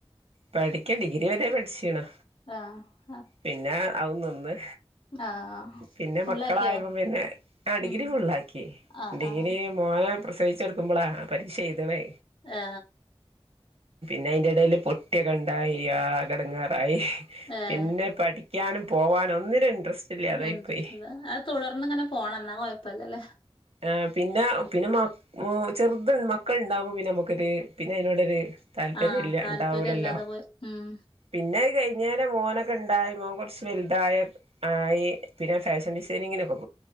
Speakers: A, on the right; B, on the left.
A: പഠിക്കാ ഡിഗ്രി വരെ പഠിച്ചീണ്
B: ആഹ്
A: പിന്നെ ആ നിന്ന്
B: ആഹ്
A: പിന്നെ
B: ഫുള്ളാക്കിയോ
A: മക്കളായപ്പോ വിന്നെ ആ ഡിഗ്രി
B: ഉം
A: ഫുള്ളാക്കി
B: ആഹ്
A: ഡിഗ്രി
B: ആഹ്
A: മോനെ പ്രസവിച്ചെടുക്കുമ്പോളാ പരീക്ഷ എഴുതുന്നത്
B: ആ
A: പിന്നെ അതിന്റെ ഇടേൽ പൊട്ടി കണ്ടാൽ ആകെ എടങ്ങേറായി
B: ഏഹ്
A: പിന്നെ പഠി ക്ക്യാനും പോവാനും ഒന്നിനും ഇൻട്രസ്റ്റ് ഇല്ലാതായിപ്പോയി
B: <unintelligible> അത് തുടർന്ന് ഇങ്ങനെ പോണം എന്നാ കൊഴപ്പല്ലല്ലേ
A: ആ പിന്നെ പിന്നെ മ ചെറുത് മക്കൾ ഉണ്ടാവോ പിന്നെ നമുക്കൊരു പിന്നെ അതിനോടൊരു താല്പര്യംല്ല
B: ആഹ് താല്പര്യം
A: ഉണ്ടാവൂലല്ലോ
B: ഇല്ലാതെ പോയി ഉം
A: പിന്നെ കഴിഞ്ഞോല് മോനൊ കൊണ്ടായി മോൻ കുറച്ച് വെലുതായ ആയി പിന്നെ ഫാഷൻ ഡിസൈനിങ്ങിനൊക്കെ പൊ